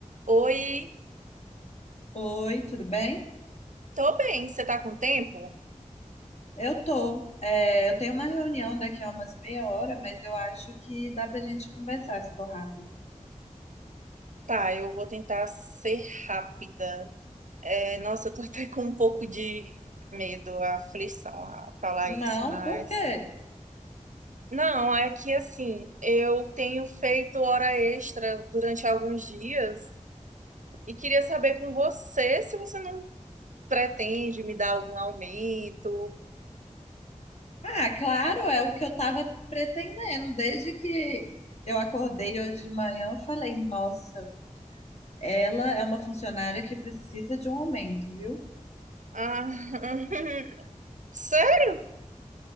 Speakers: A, on the right; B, on the left.
A: Oi,
B: Oi, tudo bem?
A: tô bem. Você tá com tempo?
B: Eu tô. É, eu tenho uma reunião daqui a umas meia hora, mas eu acho que dá pra gente conversar se for rápido.
A: Tá, eu vou tentar ser rápida. É, nossa, eu tô até com um pouco de medo, aflição a falar
B: Não,
A: isso, mas.
B: por quê?
A: Não, é que assim, eu tenho feito hora extra durante alguns dias e queria saber com você se você não pretende me dar algum aumento.
B: Ah, claro, é o que eu tava pretendendo. Desde que eu acordei hoje de manhã, eu falei, nossa, ela é uma funcionária que precisa de um aumento, viu?
A: Ah, <laughs> sério?